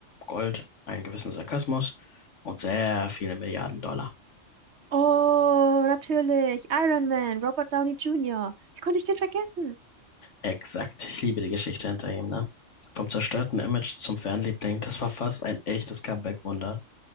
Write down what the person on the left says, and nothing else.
Gold, einen gewissen Sarkasmus und sehr viele Milliarden Dollar.
Exakt. Ich liebe die Geschichte hinter ihm, ne? Vom zerstörten Image zum Fanliebling, das war fast ein echtes Comeback-Wunder.